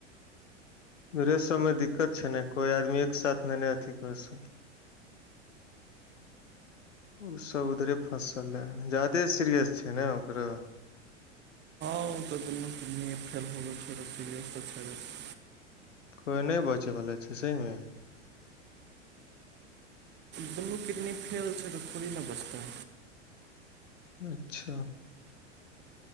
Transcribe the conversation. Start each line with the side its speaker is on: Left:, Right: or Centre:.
Left: रे सब मे दिक्कत छै ने कोई आदमी एक साथ न ने अथी क सकै ओसभ उधरे फँसल रहै ज्यदे सीरियस छै ने ओकरा
Right: ह त फेल हो गेल सर <unintelligible>
Left: कोइ नहि बचैवला छै सही मे
Right: दुनू किडनी फेल छै तऽ थोड़ी न बचतै
Left: अच्छा